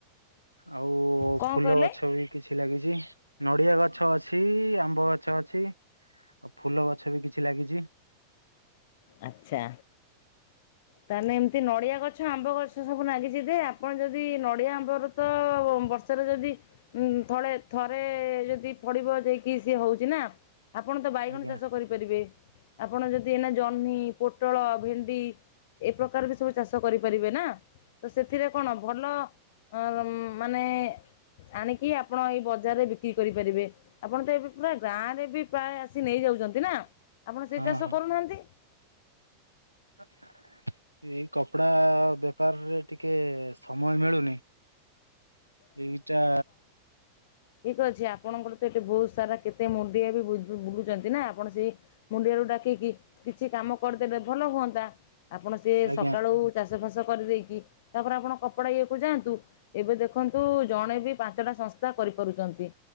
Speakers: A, on the right; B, on the left.
A: ଆଉ
B: କଣ
A: ଫୁଲଗଛ
B: କହିଲେ
A: ବି। କିଛି ଲାଗିଛି। ନଡିଆ ଗଛ ଅଛି ଆମ୍ବ ଗ ଗଛ ଅଛି। ଆଉ ଫୁଲ ଗଛ ବି କିଛି ଲାଗିଚି।
B: ଆଚ୍ଛା। ତାହେଲେ ଏମିତି ନଡ଼ିଆ ଗଛ, ଆମ୍ବ ଗଛ ସବୁ ଲାଗିଛି। ଯେ ଆପଣ ଯଦି ନଡ଼ିଆ ଆମ୍ବର ଗତ ବର୍ଷରେ ଯଦି ଥଳେ ଥରେ ଯଦି ପଡ଼ିବ ଯେଇ କିସି ହଉଚି ନା ଆପଣ ତ ବାଇଗଣ
A: ଆଜ୍ଞା।
B: ଚାଷ କରିପାରିବେ। ଆପଣ ଯଦି ଏଇନା ଜହ୍ନି, ପୋଟଳ, ଭେଣ୍ଡି। ଏ ପ୍ରକାର ବି ସବୁ ଚାଷ କରିପାରିବେ ନା। ତ ସେଥିରେ କଣ ଭଲ ଅ ମାନେ ଆଣିକି ଆପଣ ଏଇ ବଜାରରେ ବିକ୍ରି କରିପାରିବେ। ଆପଣ ତ ଏବେ ପୁରା ଗାଁ ରେ ବି ପ୍ରାୟ ଆସି ନେଇଯାଉଛନ୍ତି ନା। ଆପଣ ସେଇ
A: ହଁ
B: ଚାଷ
A: ହଁ
B: କରୁନାହାନ୍ତି?
A: ହଁ ଏଇ କପଡା ବେପାରରେ ଟିକେ ସମୟ ମିଳୁନି। ଏଇ ଟା
B: ଠିକ ଅଛି। ଆପଣଙ୍କର ତ ଏଠି ବହୁତ ସାରା କେତେ ମୁଣ୍ଡିଏ ବି ବୁ ବୁଲୁଛନ୍ତି ନା ଆପଣ ସେଇ ମୁଣ୍ଡିଆଳୁ ଡାକିକି କିଛି କାମ କରିଦେଲେ ଭଲ ହୁଅନ୍ତା। ଆପଣ ସିଏ
A: ଆଜ୍ଞା
B: ସକାଳୁ ଚାଷ ଫାସ କରିଦେଇକି। ତାପରେ ଆପଣ କପଡ଼ା ଇଏ କୁ ଯାଆନ୍ତୁ। ଏବେ ଦେଖନ୍ତୁ ଜଣେ ବି ପାଞ୍ଚଟା ସଂସ୍ଥା କରିପାରୁଛନ୍ତି।